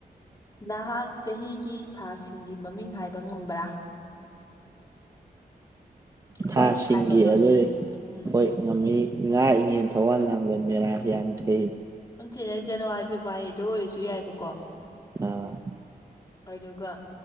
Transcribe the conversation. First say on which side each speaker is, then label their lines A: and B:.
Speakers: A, on the left (about 25°); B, on the right (about 20°).
A: ꯅꯍꯥꯛ ꯆꯍꯤꯒꯤ ꯊꯥꯁꯤꯡꯒꯤ ꯃꯃꯤꯡ ꯍꯥꯏꯕ ꯉꯝꯕ꯭ꯔꯥ?
B: ꯊꯥꯁꯤꯡꯒꯤ
A: ꯍꯣꯏ ꯍꯥꯏꯕ ꯉꯝꯃꯤ
B: ꯑꯗꯩ
A: ꯎꯝ
B: ꯍꯣꯏ ꯉꯝꯃꯤ ꯉꯥ ꯏꯉꯦꯟ ꯊꯋꯥꯜ ꯂꯥꯡꯕꯜ ꯃꯦꯔꯥ ꯍꯤꯌꯥꯡꯒꯩ
A: ꯅꯥꯠꯇꯦꯗꯥ ꯖꯅꯋꯥꯔꯤ ꯐꯦꯕꯋꯥꯔꯤꯗꯣ ꯑꯣꯏꯖꯨ ꯌꯥꯏꯕꯀꯣ
B: ꯑꯥ
A: ꯑꯗꯨꯒ